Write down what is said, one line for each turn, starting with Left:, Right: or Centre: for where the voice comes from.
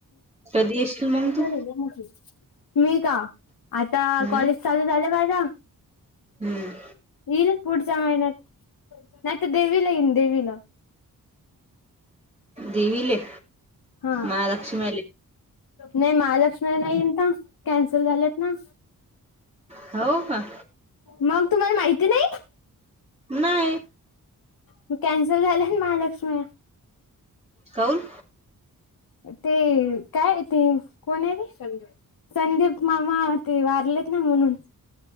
Right: कधी?
Left: <unintelligible>
Right: येशील मग तू
Left: मी का आता
Right: हम्म
Left: कॉलेज चालू झालं माझ.
Right: हम्म.
Left: येईलच पुढच्या महिन्यात नाहीतर देवीला येईल देवीला.
Right: देवीले
Left: हा.
Right: महालक्ष्मी आले
Left: नाही महालक्ष्मी नाही यंदा, कॅन्सल झालेत ना.
Right: हौ कां.
Left: मग तुम्हाला माहिती नाही.
Right: नाही.
Left: ते कॅन्सल झाले ना महालक्ष्मी
Right: कऊन.
Left: ते काय ते, कोण ते संज्जू. संदीप मामा ते, वारलेत ना म्हणून.